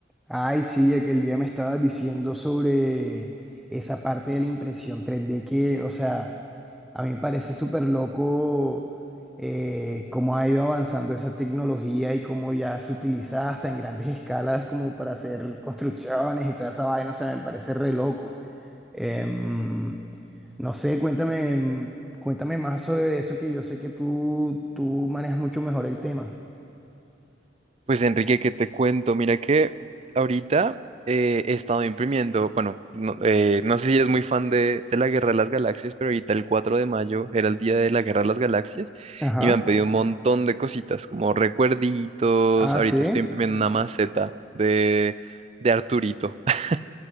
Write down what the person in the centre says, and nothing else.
Ay, sí, aquel día me estabas diciendo sobre esa parte de la impresión 3D que, o sea, a mí me parece súper loco eh, cómo ha ido avanzando esa tecnología y cómo ya se utiliza hasta en grandes escalas como para hacer construcciones y toda esa vaina, o sea, me parece re loco. Em, no sé, cuéntame, em, cuéntame más sobre eso que yo sé que tú, tú manejas mucho mejor el tema.
Ajá.
Ah,
sí.